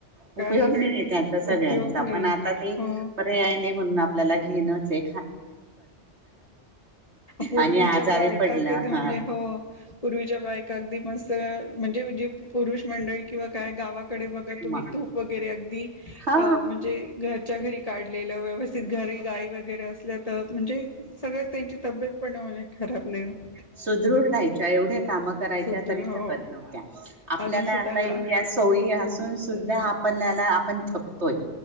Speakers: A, on the right (about 70°); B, on the left (about 30°).
A: उपयोग
B: काहीच नाही
A: आहे त्यांचा सगळ्यांचा
B: उपयोग नाही
A: पण आता ते
B: हा.
A: पर्याय नाही म्हणून आपल्याला घेणंच हाय.
B: पूर्वीच्या
A: आणि आजारी
B: बायका
A: पडलं
B: कधी म्हणजे
A: ह
B: हो. पूर्वीच्या बाहेक. अगदी मत म्हणजे जे पुरुष मंडळी किंवा काय गावाकडे बघा तुम्ही
A: मग
B: तूप. वगैरे अगदी
A: हा
B: अ म्हणजे घरच्या घरी काढलेलं व्यवस्थित घरी गाई वगैरे अस. हे तर म्हणजे सगळ त्यांची तब्येत पण खराब नाही होत.
A: सुदृढ राहायच्या एवढ्या काम करायच्या
B: सुध
A: तरी
B: हो
A: थकत नव्हत्या आपल्याला
B: अजून सुद्धा
A: आता
B: गा
A: इतक्यास. सोयी असून सुद्धा आपल्याला आपण थकतोय.